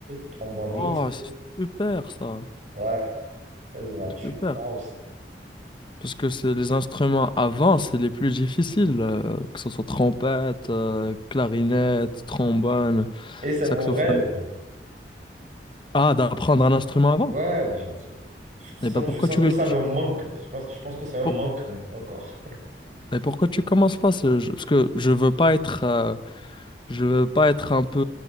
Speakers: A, on the right; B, on the left.
A: tromboniste.
B: Oh, c'est super ça.
A: Ouais, là,
B: C'est
A: tu
B: Super.
A: Waouh.
B: Parce que c'est les instruments avant, c'est les plus difficiles, euh, que ce soit trompette, euh, clarinette, trombone
A: Et c'est
B: saxophone.
A: mon rêve.
B: Ah, d'apprendre un instrument avant?
A: Ouais, je, je- je sens,
B: Eh ben pourquoi
A: je sens
B: tu,
A: que ça
B: tu-
A: me manque. Je pense, je pense que c'est un
B: pour-
A: manque en- encore.
B: eh, pourquoi tu commences pas ce jeu Parce que je veux pas être euh, je veux pas être un peu